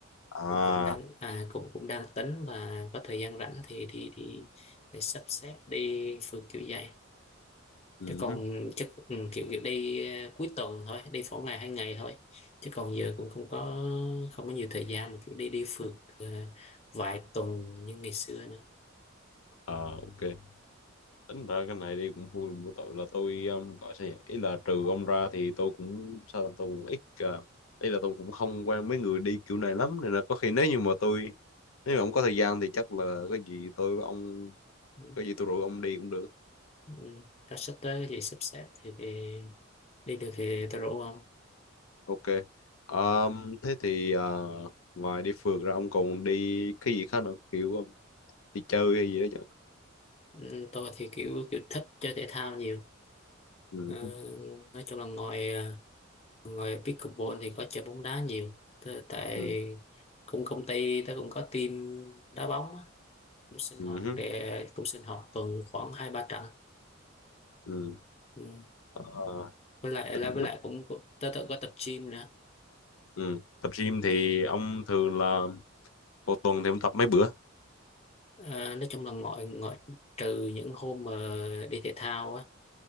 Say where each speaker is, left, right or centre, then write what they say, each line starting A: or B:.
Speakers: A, on the left; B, on the left.
A: à
B: cũng cũng đang à, cũng cũng đang tính là có thời gian rảnh thì thì thì để sắp xếp đi phượt kiểu vậy
A: ừ,
B: chứ còn
A: hứ.
B: chắc ừ, kiểu kiểu đi à, cuối tuần thôi đi phỏ ngày hai ngày thôi chứ còn giờ cũng không có không có nhiều thời gian mà kiểu đi đi phượt à, vài tuần như ngày xưa nữa
A: à ok tính ra cái này đi cũng vui một tội là tôi um, gọi sao nhỉ ý là trừ ông ra thì tôi cũng sao là tôi cũng ít uh, ý là tôi cũng không quen mấy người đi kiểu này lắm nên là có khi nếu như mà tôi nếu mà ông có thời gian thì chắc là có gì tôi với ông
B: ừ.
A: có gì tôi rủ ông đi cũng được
B: Ừ. Tao sắp tới thì sắp xếp thì, thì đi được thì tao rủ không
A: ok Ờm, thế thì ờ, ngoài đi phượt ra ông còn đi cái gì khác nữa kiểu um, đi chơi hay gì đó chứ
B: ừ, tôi thì kiểu kiểu thích chơi thể thao nhiều
A: ừ.
B: Ờ, nói chung là ngoài à, Ngoài pickleball thì có chơi bóng đá nhiều Tớ- tại
A: Ừ.
B: cũng công ty tớ cũng có team đá bóng á. cũng sinh
A: Ừ.
B: hoạt để cũng sinh hoạt tuần khoảng hai ba trận
A: Ừ.
B: ừ.
A: Ờ,
B: với lại
A: tính
B: là với lại cũng cũng- tớ tự có tập gym nữa
A: ừ. tập gym
B: ừ.
A: thì ông thường là một tuần thì ông tập mấy bữa
B: à, nói chung là ngoại ngoại trừ những hôm mà đi thể thao á